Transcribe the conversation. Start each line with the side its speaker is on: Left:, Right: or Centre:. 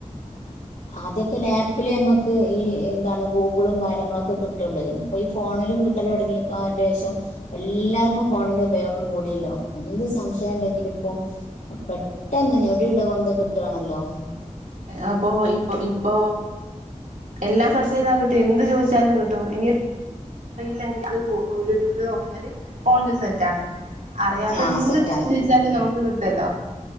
Left: ആദ്യൊക്കെ ലാപ്പിൽ നമ്മുക്ക് ഈ എന്താണ് ഗൂഗിളും കാര്യങ്ങളളൊക്കെ കിട്ടുള്ളായിരുന്നു ഇപ്പൊ ഈ ഫോണിലും കിട്ടല് ലോടങ്ങിക്കന്റെ ഷം എല്ലാർക്കും ഫോണിന്റെ ഉപയോഗം കൂടിയല്ലോ, എന്ത് സംശയം ഉണ്ടെങ്കിലും ഇപ്പ പെട്ടെന്ന് ഞൊടിഇട കൊണ്ട് കിട്ടവാണല്ലോ?
Right: അപ്പൊ ഇപ്പൊ ഇപ്പോ എല്ലാം സെർച്ച് ചെയ്താ കട്ടെ എന്ത് ചോദിച്ച ചാലും കിട്ടും ഇനി റിയില്ലെങ്കിൽ അത് യൂട്യൂബിൽ നോക്കിയാൽ ഫോണിൽ സെറ്റണ്. അറിയാത്ത
Left: ആ
Right: എന്ത്
Left: സെറ്റാ
Right: കാര്യം ചോയിച്ചാലും നമുക്ക് കിട്ടല്ലോ.